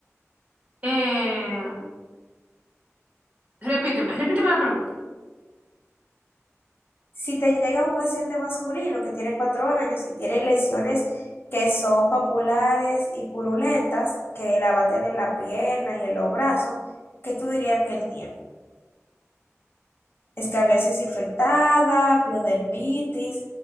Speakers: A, on the right; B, on the left.
A: Eh, repíteme, repíteme la pregunta.
B: Si te llega un paciente masculino que tiene cuatro años y tiene lesiones que son papulares y purulentas, que la va a tener en la pierna y en los brazos, ¿qué tú dirías que él tiene? Escabiasis infectada, piodermitis,